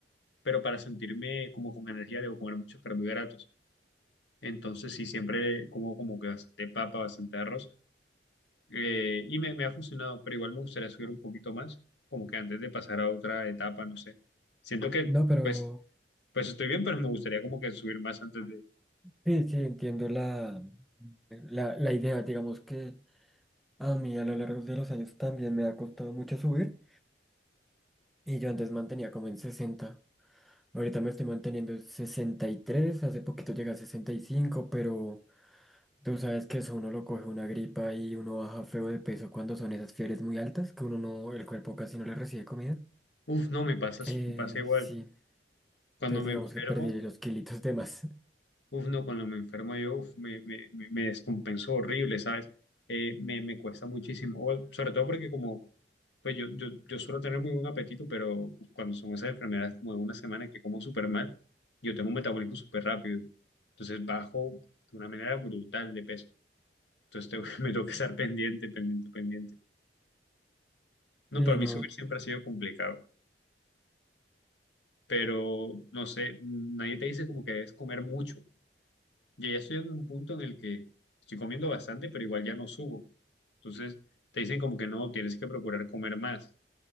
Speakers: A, on the left (about 75°); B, in the centre.
A: pero para sentirme como con energía debo comer muchos carbohidratos. Entonces, sí, siempre como como que bastante papa, bastante arroz eh, y me, me ha funcionado, pero igual me gustaría subir un poquito más, como que antes de pasar a otra etapa, no sé. Siento que,
B: No, pero
A: pues, pues estoy bien, pero me gustaría como que subir más antes de...
B: sí, sí, entiendo la, la, la idea, digamos que... A mí a lo largo de los años también me ha costado mucho subir y yo antes mantenía como en 60. Ahorita me estoy manteniendo en 63. hace poquito llegué a 65, pero tú sabes que eso uno lo coge una gripa y uno baja feo de peso cuando son esas fiebres muy altas que uno no, el cuerpo casi no le recibe comida.
A: Uf, no, me pasa,
B: Eh,
A: me pasa igual.
B: sí,
A: Cuando
B: entonces
A: me
B: digamos
A: enfermo,
B: que perdí los kilitos de más. <laughs>
A: uf, no, cuando me enfermo yo, uf, me, me, me me descompenso horrible, ¿sabes? Eh, me, me cuesta muchísimo, o- sobre todo porque como Pues yo, yo, yo suelo tener muy buen apetito, pero cuando son esas enfermedades como de una semana que como súper mal, yo tengo un metabolismo súper rápido. Entonces bajo de una manera brutal de peso. Entonces tengo que- <laughs> me tengo que estar pendiente, pendiente, pendiente. No,
B: Sí,
A: para
B: no,
A: mí subir siempre ha sido complicado. Pero no sé, nadie te dice como que debes comer mucho. Ya ya estoy en un punto en el que estoy comiendo bastante, pero igual ya no subo. Entonces te dicen como que no, tienes que procurar comer más.